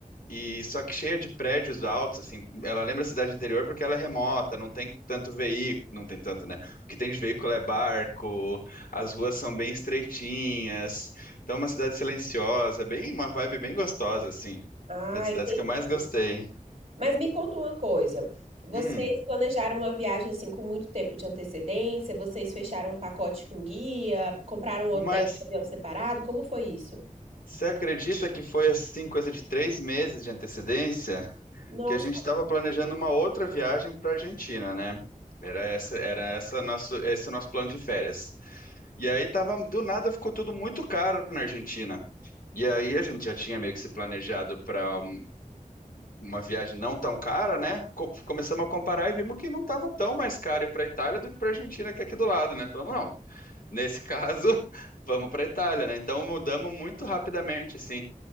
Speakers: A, on the left; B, on the right.
A: e só que cheia de prédios altos, assim. Ela lembra a cidade de interior porque ela é remota, não tem tanto veículo, não tem tanto, né? O que tem de veículo é barco, as ruas são bem estreitinhas, então é uma cidade silenciosa, bem uma vibe bem gostosa, assim.
B: Ah,
A: Uma das cidades
B: entendi.
A: que eu mais gostei.
B: Mas me conta uma coisa. Vocês
A: Hum,
B: planejaram uma viagem assim com muito tempo de antecedência? Vocês fecharam um pacote com guia? Compraram um
A: mas...
B: hotel e avião separado? Como foi isso?
A: Você acredita que foi assim, coisa de três meses de antecedência?
B: Nossa,
A: que a gente estava planejando uma outra viagem para a Argentina, né? Era essa, era essa nosso, esse nosso plano de férias. E aí tava, do nada ficou tudo muito caro na Argentina. E aí a gente já tinha meio que se planejado para uma viagem não tão cara, né? Co- começamos a comparar e vimos que não estava tão mais caro ir para a Itália do que para a Argentina, que é aqui do lado, né? Falamos, não, nesse caso, <laughs> vamos para a Itália, né? Então mudamos muito rapidamente, assim.